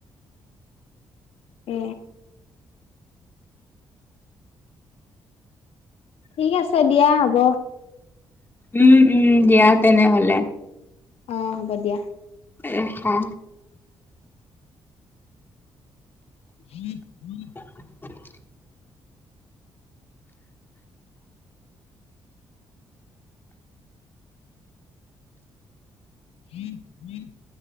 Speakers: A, on the left; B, on the left.
A: উ। ঠিক আছে দিয়া হ'ব।
B: উম, উম দিয়া তেনেহ'লে।
A: অ, হ'ব দিয়া।
B: এ হা।
A: <inaudible>
B: <inaudible>
A: <inaudible>